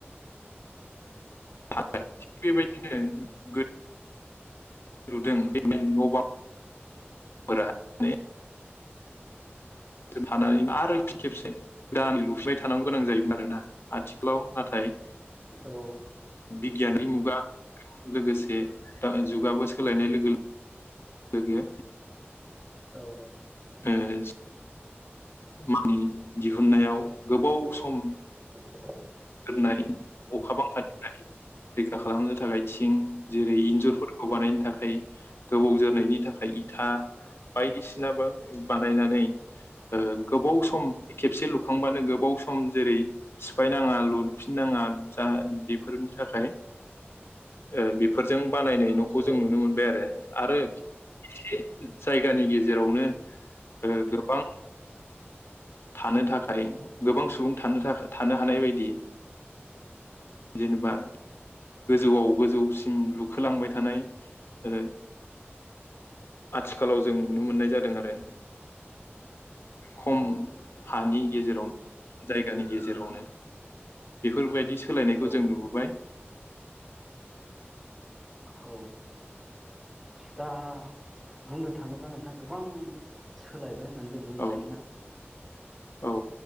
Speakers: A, on the left; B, in the centre.
A: थादों बेबायदिनो गोद लुदों बिदिनो न' बांफोरा माने <inaudible> थानानै आरो फिन खेबसे गोदानै लुफैबाय थानांगौ गोनां जायोमोन आरोना आथिखालाव नाथाय
B: औ
A: गियाननि मुगा लोगोसे दा जुगाबो सोलायनाय लोगो लो गो
B: औ
A: ओस मानि दिहुननायाव गोबाव सम
B: <unintelligible>
A: गोरनाय अखा बांखानिफ्राय रैखा खालामनो थाखाय थि ओ जेरै इनजुरफोरखौ बानायनो थाखाय गोबाव जोरनायनि थाखाय इता बायदिसिनाबो बानायनानै ओ गोबाव सम खेबसे लुखांबानो गोबाव सम जेरै सिफायनाङा लु फिननाङा जा बेफोरनि थाखाय ओ बेफोरजों बानायनाय न'खौ
B: औ
A: जों नुनो मोनबाय आरो आरो ए जायगानि गेजेरावनो ओ गोबां थानो थाखाय गोबां सुबुं थानो थाखाय थानो हानाय बायदि जेनेबा गोजौआव गोजौसिम लुखोलांबाय थानाय ओ आथिखालाव जों नुनो मोननाय जादों आरो खम
B: औ
A: हानि गेजेराव जायगानि गेजेरावनो बेफोरबाय सोलायनायखौ
B: औ
A: जों नुबोबाय
B: औ दा बुंनो थाङोब्ला नोंथां गोब बां सोलाय होननानै जों
A: औ
B: बुंनो
A: औ
B: हायोना
A: औ